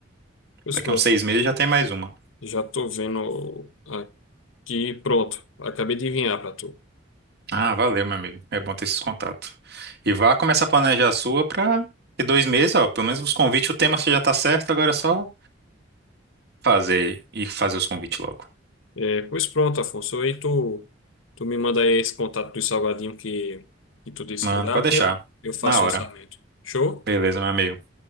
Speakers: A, on the left; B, on the right.
A: Pois
B: daqui
A: pronto,
B: a uns seis meses já tem mais uma.
A: já tô vendo aqui, pronto. Acabei de enviar para tu.
B: Ah, valeu, meu amigo. É bom ter esses contatos. E vá começar a planejar a sua pra ter dois meses, ó, pelo menos os convites, o tema você já tá certo, agora é só fazer e fazer os convites logo.
A: É, pois pronto, Afonso. Aí tu, tu me manda aí esse contato do salgadinho que, que tu disse
B: Mano,
A: que ia dar,
B: pode
A: porque
B: deixar.
A: eu, eu faço
B: Na hora.
A: orçamento. Show?
B: Beleza, meu amigo.